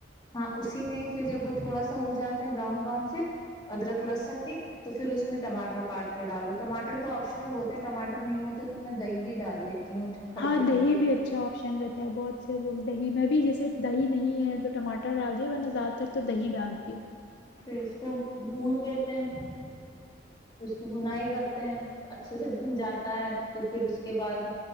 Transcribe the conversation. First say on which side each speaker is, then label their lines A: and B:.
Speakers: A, on the left; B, on the left.
A: ہاں اسی میں پھر جب وہ تھوڑا سا ہو جاتا براؤن براؤن سے ادرک لہسن بھی تو پھر اس میں ٹماٹر کاٹ کے ڈال دو ٹماٹر تو آپشنل ہوتے ہیںٹماٹر نہیں ہوتے تو میں دہی بھی ڈال دیتی ہوں کھٹے
B: ہاں
A: پن
B: دہی
A: کے لیے۔
B: بھی اچھا آپشن رہتا ہے بہت سے لوگ دہی میں بھی جیسے صرف دہی نہیں ہے تو ٹماٹر ڈال دیا ورنہ زیادہ تر تو دہی ڈالتی ہوں
A: پھر اس کو بھون لیتے ہیں پھر اس کی بنائی کرتے ہیں اچھے سے بھن جاتا ہے تو پھر اس کے بعد